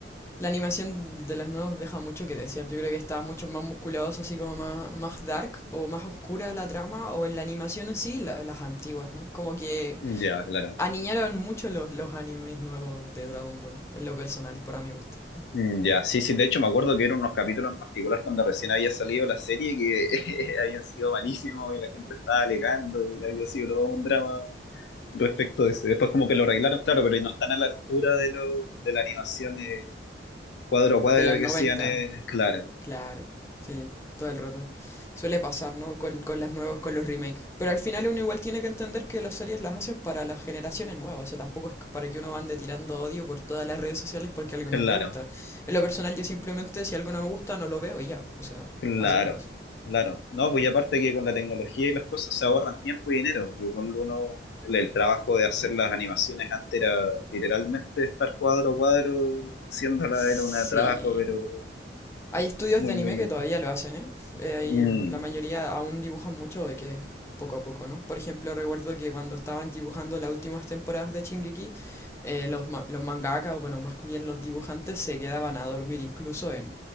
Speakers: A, on the left; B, on the left.
A: la animación de los nodos deja mucho que desear. Yo creo que está mucho más musculoso, así como más, más dark o más oscura la trama, o en la animación en sí, la- las antiguas, ¿no? Como que
B: Ya, claro.
A: aniñaron mucho los, los animes nuevos de Dragon Ball, en lo personal, para mi gusto.
B: Mm, Ya, sí, sí, de hecho me acuerdo que eran unos capítulos en particular cuando recién había salido la serie que <laughs> habían sido malísimos y la gente estaba alegando y había sido todo un drama respecto de eso. Después como que lo arreglaron, claro, pero no están a la altura de, lo, de la animación eh, cuadro a cuadro
A: De los 90.
B: que hacían, eh, claro.
A: Claro, sí, todo el rato. Suele pasar, ¿no? Con, con las nuevas, con los remakes. Pero al final uno igual tiene que entender que las series las hacen para las generaciones nuevas. O sea, tampoco es para que uno ande tirando odio por todas las redes sociales porque algo
B: Claro,
A: no te gusta. En lo personal, yo simplemente si algo no me gusta, no lo veo y ya. O sea,
B: claro,
A: así de fácil.
B: claro. No, pues y aparte que con la tecnología y las cosas se ahorran tiempo y dinero. porque Cuando uno, el, el trabajo de hacer las animaciones antes era literalmente estar cuadro a cuadro haciéndola,
A: Sí.
B: era un trabajo, pero
A: Hay estudios
B: muy,
A: de anime
B: muy lento.
A: que todavía lo hacen, ¿eh? Eh, hay-
B: Mm,
A: la mayoría aún dibujan mucho de que es poco a poco, ¿no? Por ejemplo, recuerdo que cuando estaban dibujando las últimas temporadas de Shingeki, eh, los, ma- los mangakas, o bueno, más bien los dibujantes, se quedaban a dormir incluso en,